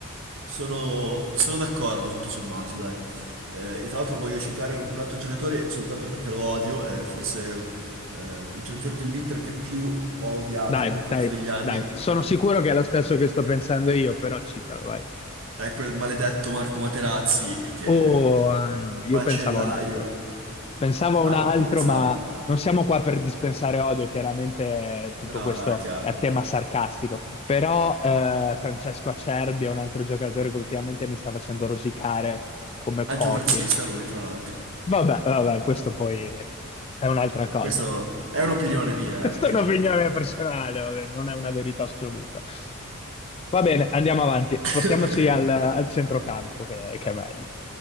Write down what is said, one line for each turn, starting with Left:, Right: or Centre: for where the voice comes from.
Right: Sono, sono d'accordo, tutto sommato, dai. Eh, e tra l'altro voglio citare un altro giocatore soltanto perché lo odio, è forse eh, il giocatore dell'Inter che più ho odiato
Left: Dai,
Right: nel corso
Left: dai,
Right: degli anni.
Left: dai, sono sicuro che è lo stesso che sto pensando io, però citalo, vai.
Right: È quel maledetto Marco Materazzi che...
Left: Oh, ah, no,
Right: un
Left: io
Right: Macellaio.
Left: pensavo a un altro. Pensavo
Right: Ah
Left: a un altro,
Right: no, chi pensavi?
Left: ma non siamo qua per dispensare odio, chiaramente tutto
Right: No,
Left: questo
Right: no, è chiaro.
Left: è a tema sarcastico. Però eh, Francesco Acerbi è un altro giocatore che ultimamente mi sta facendo rosicare come
Right: Anche
Left: pochi.
Right: un razzista lui, tra l'altro.
Left: Vabbè, vabbè, questo poi è un'altra cosa.
Right: Eh, Questo
Left: <laughs>
Right: è un'opinione mia,
Left: Questa
Right: eh, chiaramente.
Left: è un'opinione personale, vabbè, non è una verità assoluta. Va bene, andiamo avanti. Spostiamoci
Right: <laughs>
Left: al, al centrocampo, che, che è meglio.